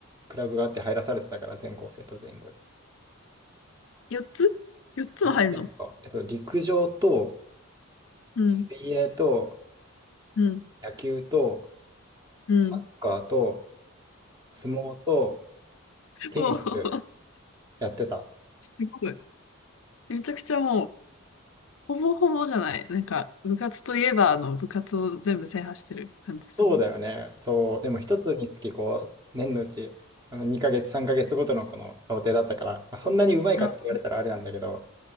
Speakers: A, on the right; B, on the left.
A: クラブがあって入らされてたから、全校生徒全部。
B: 4つ ?4 つも入るの
A: あなんか、えっと、陸上と、
B: うん、
A: 水泳と、
B: うん、
A: 野球と、
B: うん。
A: サッカーと、相撲とテニス
B: おー <laughs>
A: やってた。
B: すごい。めちゃくちゃもう、ほぼほぼじゃない。なんか、部活といえば、あの、部活を全部制覇してる感じする。
A: そうだよね。そう。でも一つにつきこう、年のうち、あの2ヶ月、3ヶ月ごとのこのローテだったから、まあ、そんなにうまいかって言われたらあれなんだけど、
B: あ